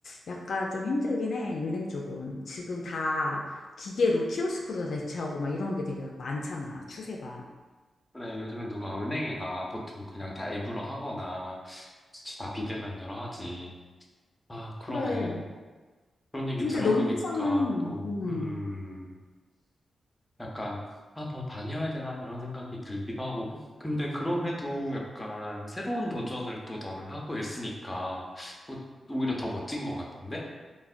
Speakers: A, on the left; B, on the left.
A: 약간 좀 힘들긴 해, 은행 쪽은. 지금 다 기계로 키오스크로 다 대체하고 막 이런 게 되게 많잖아, 추세가.
B: 그래, 요즘엔 누가 은행에 가 보통 그냥 다 앱으로 하거나 다 비대면으로 하지. 아, 그러네.
A: 그래.
B: 그런 얘기
A: 근데
B: 들어보니까
A: 너네 회사는,
B: 또,
A: 음,
B: 음, 약간, 아, 더 다녀야 되나? 이런 생각이 들기도 하고. 근데 그럼에도 약간 새로운 도전을 또 너는 하고 있으니까 뭐 오히려 더 멋진 것 같은데?